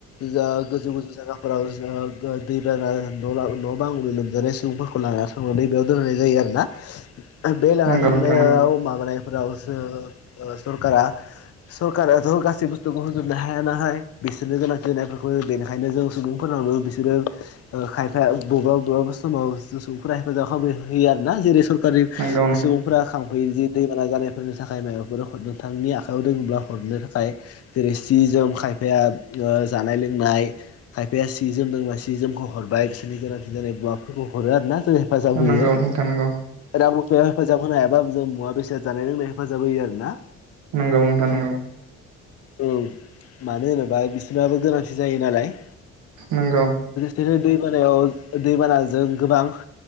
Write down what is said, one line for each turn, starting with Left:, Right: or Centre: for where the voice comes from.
Left: जा गोजौ गोजौ जायगाफोराव जा ओ दैबाना न बां न' बांनि लोमजानाय सुबुंफोरखौ लानानानै थांनानै बेयाव दोनहनाय जायो आरोना बे लाना
Right: नंगौ
Left: थांनायाव
Right: नोंथां नंगौ
Left: माबानायफोरावसो ओ सरकारा सरकाराथ' गासै बुस्थुखौ होजोबनो हाया नाहाय बिसोरनो गोनांथि जानायफोरखौ बेनिखायनो जों सुबुंफोर नावनो बिसोरो ओ खायफाया बबेबा बबेबा समाव जों सुबुंफोरा हेफाजाब खालाम होयो आरोना जेरै स- रकारि
Right: नंगौ
Left: सुबुंफ्रा खांफैयो जे दैबाना जानायफोरनि थाखाय माबाफोर हर नोंथांनि आखायाव दोङ्ब्ला हरनो थाखाय जेरै सि जोम खाय फाया ओ जानाय लोंनाय खायफाया सि जोम दोंबा सि जोमखौ हरबाय बिसोरनि गोनांथि जानाय मुवाफोरखौ हरो आरो ना हेफाजाब होयो।
Right: नंगौ नोंथां नंगौ नोंथां नंगौ
Left: रां रु फायाव हेफाजाब होनो हायाबाबो जों मुवा बेसाद जानाय लोंनाय हेफाजाब होयो आर ना
Right: नंगौ नोंथां नंगौ।
Left: औ मानो होनोबा बिसनाबो गोनांथि जायो नालाय?
Right: नंगौ।
Left: जेरै दै बानायाव दैबानाजों गोबां